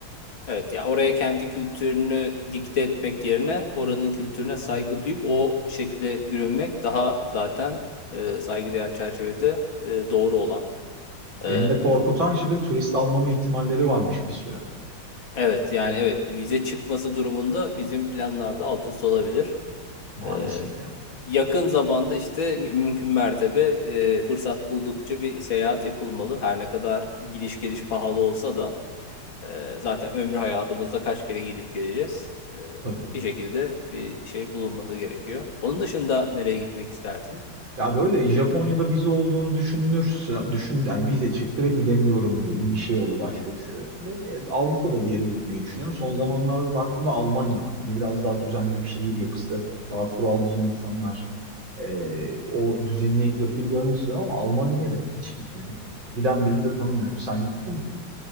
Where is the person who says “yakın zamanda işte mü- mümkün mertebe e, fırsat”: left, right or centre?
Left